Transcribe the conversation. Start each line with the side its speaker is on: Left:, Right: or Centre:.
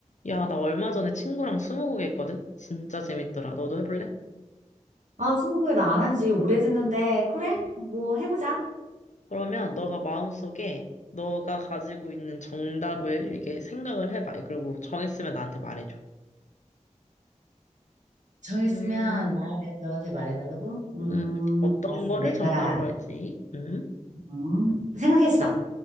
Left: 야, 나 얼마 전에 친구랑 스무고개 했거든? 진짜 재밌더라. 너도 해볼래?
Right: 아, 스무고개를 안한 지 오래됐는데, 그래?
Left: 응.
Right: 뭐, 해보자.
Left: 그러면 너가 마음속에 너가 가지고 있는 정답을 이렇게 생각을 해봐. 그리고 정했으면 나한테 말해줘.
Right: 정했으면
Left: 음,
Right: 마음에 너한테 말해달라고? 음,
Left: 음, 어떤
Right: 알았어,
Left: 거를
Right: 내가
Left: 정답으로 할지. 음,
Right: 음, 생각했어.